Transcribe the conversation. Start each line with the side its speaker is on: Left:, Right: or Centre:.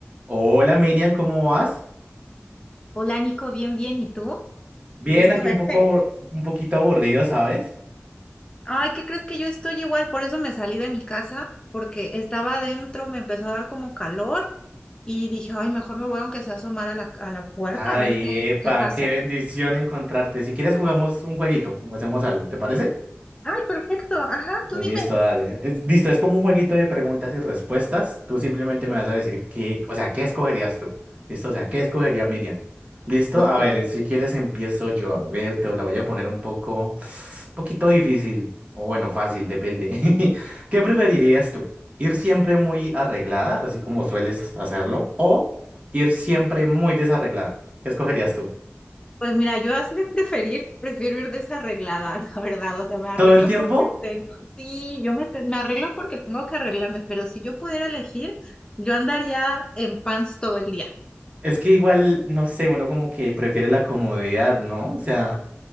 Right: Hola Miriam, ¿cómo vas?
Left: Hola Nico, bien, bien, ¿y tú?
Right: Bien,
Left: Gusto
Right: aquí
Left: verte.
Right: un poco, abur- un poquito aburrido, ¿sabes?
Left: Ay, ¿qué crees que yo estoy igual? Por eso me salí de mi casa, porque estaba adentro, me empezó a dar como calor y dije, ay, mejor me voy aunque sea a asomar a la, a la puerta
Right: Ay,
Left: a ver qué,
Right: epa,
Left: qué pasa.
Right: qué bendición encontrarte. Si quieres jugamos un jueguito o hacemos algo, ¿te parece?
Left: Ay, perfecto, ajá,
Right: Listo,
Left: tú dime.
Right: dale. Es- listo, es como un jueguito de preguntas y respuestas. Tú simplemente me vas a decir qué, o sea, ¿qué escogerías tú? Listo, o sea, ¿qué escogería Miriam? Listo,
Left: Ok.
Right: a ver, si quieres empiezo yo. A ver, te la voy a poner un poco, <sniffs> poquito difícil, o bueno, fácil, depende. <laughs> ¿Qué preferirías tú? ¿Ir siempre muy arreglada, así como sueles hacerlo, o ir siempre muy desarreglada? ¿Qué escogerías tú?
Left: Pues mira, yo así de preferir, prefiero ir desarreglada, <laughs> la verdad. O sea, me arreglo
Right: ¿Todo el tiempo?
Left: porque tengo, sí, yo me, te- me arreglo porque tengo que arreglarme, pero si yo pudiera elegir, yo andaría en pants todo el día.
Right: Es que igual, no sé, uno como que prefiere la comodidad, ¿no? O sea,